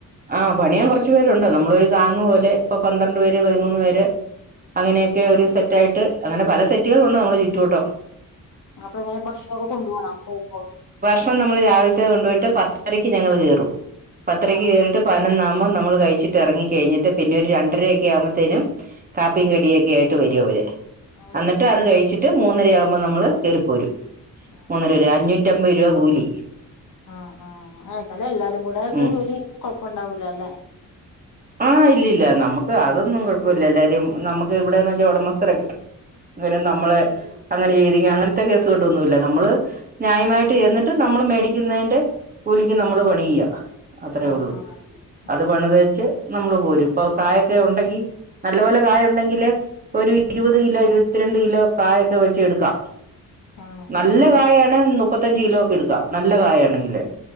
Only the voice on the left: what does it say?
ആഹ്
അപ്പെങ്ങനെയാ ഭക്ഷണോക്കെ കൊണ്ടു പോവാണാ പോകുമ്പോ
ആഹ്
ആഹ്
അവര്
കൊണ്ടുവരും
ആണോ
ആഹ്
ആഹ് ആഹ് എന്നാലും എല്ലാരുംകൂടെക്കെ
ജോലിചെയ്യുമ്പം കൊഴ പ്പൊണ്ടാവൂലല്ലേ?
ആഹ്
ആഹ്
ആഹ്
ആഹ്
ആഹ്
ആഹ്
ആണോ
ആഹ്